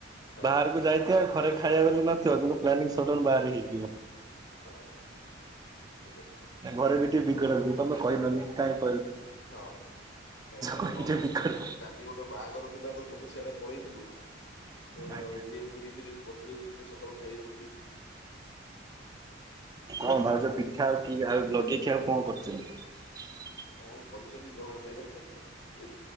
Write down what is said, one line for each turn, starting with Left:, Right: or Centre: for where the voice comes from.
Left: ହଁ
Right: ବାହାରକୁ ଯାଇଥିବ ଘରେ ଖାଇବା ବୋଲି ନଥିବ, କିନ୍ତୁ ପ୍ଲାନିଂ ସଡନ୍ ବାହାର ହେଇଯିବ।
Left: ହଁ ତ ସେ
Right: ଘରେ ବି ଟିକେ ବିଗଡନ୍ତି ତମେ କହିଲନି କାହିଁକି?
Left: ହଁ। ଆକ୍ଚୁଆଲି
Right: କହିକି
Left: କଣ
Right: ଟିକେ ବିଗଡ
Left: କାଲି ଗୋଟେ ବାହାଘର ଥିଲା ତ ସବୁ ସିଆଡେ ପଳେଇଥିଲୁ ତ
Right: ଆଜ୍ଞା
Left: ଇଏ ବିରି ଫିରି ବତୁରେଇ ଦେଇଥିଲେ ସକାଳୁ ଖାଇବେ ବୋଲି
Right: ଆଉ ଭାଉଜ ପିଠା ଆଉ କି ଆଉ ଲଗେଇ କି ଆଉ କଣ କରୁଛନ୍ତି?
Left: କଣ କରିଛନ୍ତି ଜଣା ନାହିଁ।